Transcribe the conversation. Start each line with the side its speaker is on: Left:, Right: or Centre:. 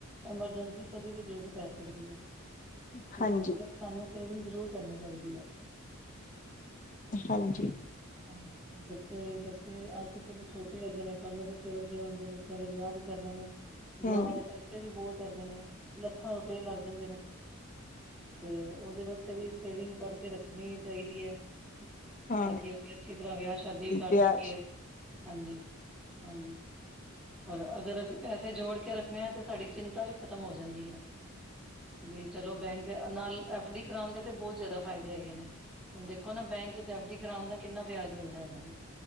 Centre: ਐਮਰਜੈਂਸੀ ਕਦੀ ਵੀ ਜਰੂਰਤ ਪੈ ਸਕਦੀ ਐ।
Left: ਹਾਂਜੀ
Centre: ਇਸ ਵਾਸਤੇ ਸਾਨੂੰ ਸੇਵਿੰਗ ਜਰੂਰ ਕਰਨੀ ਚਾਈਦੀ ਆ।
Left: ਹਾਂਜੀ
Centre: ਹਾਂ -ਹਾਂਜੀ ਬੱਚੇ -ਬੱਚੇ ਅੱਜ ਤੇ ਛੋਟੇ ਹੈਗੇ ਨੇ ਕੱਲ੍ਹ ਨੂੰ ਬੱਚੇ ਵੱਡੇ ਹੋਨਗੇ ਬੱਚਿਆਂ ਦੇ ਵਿਆਅ ਵੀ ਕਰਨੇ ਨੇ ਵਿਆਵਾਂ
Left: ਹਮ
Centre: ਦੇ ਖਰਚੇ ਵੀ ਬੌਤ ਹੇਗੇ ਨੇ ਲੱਖਾਂ ਰੁਪਏ ਲੱਗ ਜਾਂਦੇ ਨੇ। ਤੇ ਓਦੇ ਵਾਸਤੇ ਵੀ ਸੇਵਿੰਗ ਕਰਕੇ ਰੱਖਨੀ ਚਾਈਦੀ ਐ।
Left: ਹਾਂ
Centre: ਤਾਕਿ ਅਸੀ ਅੱਛੀ ਤਰ੍ਹਾਂ ਵਿਆਅ ਸ਼ਾਦੀ ਵੀ ਕਰ
Left: ਵਿਆਜ
Centre: ਸਕੀਏ ਹਾਂਜੀ- ਹਾਂਜੀ। ਔਰ ਅਗਰ ਅਸੀ ਪੈਸੇ ਜੋੜ ਕੇ ਰੱਖਨੇ ਆਂ ਤੇ ਸਾਡੀ ਚਿੰਤਾ ਵੀ ਖ਼ਤਮ ਹੋ ਜਾਂਦੀ ਐ। ਵੀ ਚਲੋ ਬੈਂਕ ਨਾਲ ਐਫ ਡੀ ਕਰਾਣ ਦੇ ਤੇ ਬੌਤ ਜਆਦਾ ਫਾਇਦੇ ਹੈਗੇ ਨੇ। ਹੁਨ ਦੇਖੋ ਨਾ ਬੈਂਕ ਇਚ ਐਫ ਡੀ ਕਰਾਨ ਦਾ ਕਿੰਨਾ ਵਿਆਜ ਮਿਲਦਾ ਹੈਗਾ ਵੇ